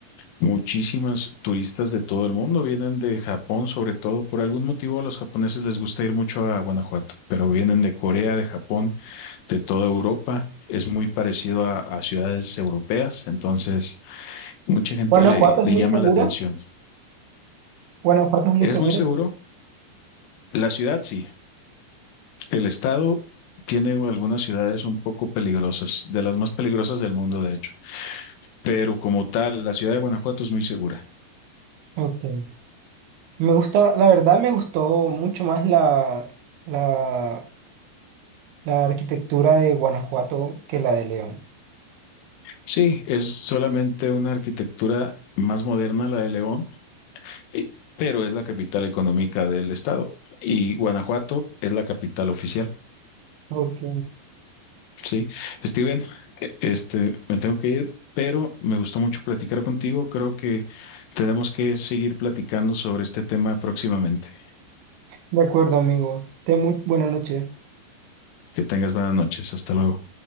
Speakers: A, on the left (about 85°); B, on the right (about 75°).
A: muchísimas turistas de todo el mundo. Vienen de Japón, sobre todo. Por algún motivo, a los japoneses les gusta ir mucho a Guanajuato, pero vienen de Corea, de Japón de toda Europa. Es muy parecido a, a ciudades europeas, entonces mucha gente
B: Guanajuato
A: le, le
B: es muy
A: llama
B: seguro.
A: la atención.
B: Guanajuato es muy
A: Es
B: seguro.
A: muy seguro. La ciudad sí. El estado tiene algunas ciudades un poco peligrosas, de las más peligrosas del mundo, de hecho. Pero como tal, la ciudad de Guanajuato es muy segura.
B: Ok. Me gusta, la verdad me gustó mucho más la, la, la arquitectura de Guanajuato que la de León.
A: Sí, es solamente una arquitectura más moderna la de León, eh, pero es la capital económica del estado. Y Guanajuato es la capital oficial.
B: Ok.
A: Sí, Steven, e- este, me tengo que ir, pero me gustó mucho platicar contigo. Creo que tenemos que seguir platicando sobre este tema próximamente.
B: De acuerdo, amigo. Ten muy buena noche.
A: Que tengas buenas noches. Hasta luego.